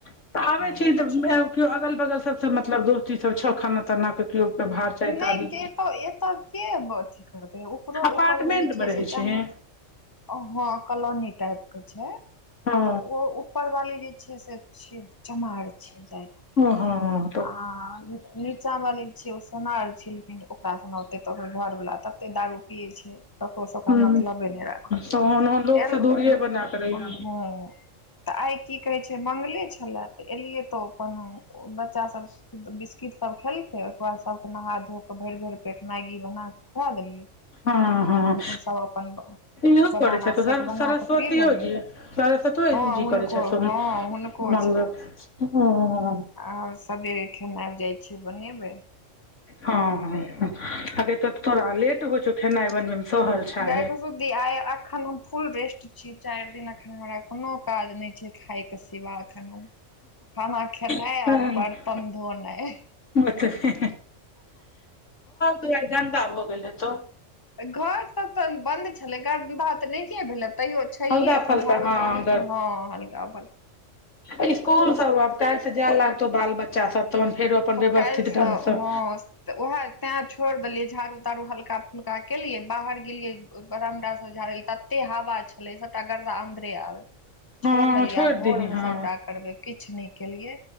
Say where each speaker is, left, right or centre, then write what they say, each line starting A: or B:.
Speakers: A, on the left; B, on the left.
A: तऽ आबे
B: ओहै
A: छी त
B: छै
A: किओ अगल बगल सब मतलब दोस्ती सब छौ खाना ताना कऽ लोक क भाव चैताबि
B: नहि के तो एतऽ के अथी करतै ऊपरो
A: अपार्टमेंट
B: ऊपर जे छै
A: मे
B: से
A: रहै छिहि
B: चम हँ कलनी टाइप के छै
A: हँ
B: तऽ ओ उपरवाली जे छै से छी चमार छै जा।
A: ह ह ह
B: आ नीचा वाली छियै ओ सोनार छी लेकिन ओकरा सोना ओते तकर घर वाला तते दारू पियै छै ककरो सबकरा
A: हूँ
B: मतलबे नै राखत
A: तहन ओहन लोक से दूरिये बना कऽ रहिहे
B: तऽ आइ की कहै छै मंगले छलए तऽ एलियै तऽ अपन बच्चासभ बिस्किटसभ खेलकै ओकर बाद सभके नहा धो कऽ भरि भरि पेट मैगी बना कऽ खुआ देलियै
A: हँ हँ
B: आ हमहुँ सब अपन
A: इहो
B: बनाना
A: करै छथुन
B: शेक बना
A: सरस्वतो
B: कऽ पी लेलियै
A: जी सरस्वतो
B: हँ
A: जी
B: हुनको
A: करै छथुन
B: हँ हुनको
A: मंगल ओ
B: आर सबेरे खेनाइ जाइ छियै बनेबै
A: हँ
B: सखै
A: हँ हगे तऽ तोरा लेट होइ छौ खेनाइ बनबै मे सहल छा
B: गाय खुशबू दिदि आय एखन हम फुल रेस्ट छियो चारि दिन अखन हमरा कोनो काज ने खाई क सिवा अखन खाना खेनाइ
A: गे
B: आओर बर्तन धोनाइ
A: घर दुआइर गंदा भ गेल हेतो
B: घर सब तऽ बन्द छलै गन्दा तऽ नैहिए भेलै तैयो छैये
A: हल्का
B: अपन
A: फल्का
B: झाड़ू
A: हँ
B: तऽ हँ हलका फलका
A: इसकुल सब कैल से जाय लागतौ बाल बच्चा सब तऽ फेरो अपन
B: ओ
A: व्यवस्थित
B: काल्हिसँ
A: ढंग सँ
B: हँ तऽ उएह तेंय छोड़ि देलियै झाड़ू तारू हल्का का केलिये बाहर गेलिये बारांडा सब झाड़े ले तत्ते हवा छले सबटा गर्दा अंदरे आबै
A: <inaudible>
B: छोड़ देलियै
A: छोड़ि
B: आब भोरमे
A: दही हँ
B: सभटा करबै किछ नै केलियै